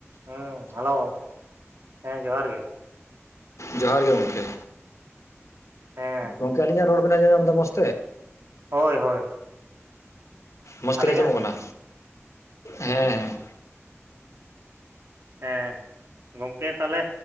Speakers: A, on the right (about 60°); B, on the left (about 85°).
A: ᱦᱮᱸ ᱦᱮᱞᱳ ᱦᱮᱸ ᱡᱚᱸᱦᱟᱨ ᱜᱮ
B: ᱡᱚᱸᱦᱟᱨ ᱜᱮ ᱜᱚᱝᱠᱮ
A: ᱦᱮᱸ
B: ᱜᱚᱝᱠᱮ ᱟᱹᱞᱤᱧᱟᱜ ᱨᱚᱲ ᱵᱤᱱ ᱟᱸᱡᱚᱢ ᱧᱟᱢ ᱫᱟ ᱢᱚᱡᱽ ᱛᱮ?
A: ᱦᱳᱭ ᱦᱳᱭ
B: ᱢᱚᱡᱽ
A: ᱟᱹᱞᱤᱧᱟᱜ
B: ᱛᱮᱜᱮ ᱟᱸᱡᱚᱢᱚᱜ ᱠᱟᱱᱟ ᱦᱮᱸ ᱦᱮᱸ᱾
A: ᱦᱮᱸ ᱜᱚᱝᱠᱮ ᱛᱟᱦᱚᱞᱮ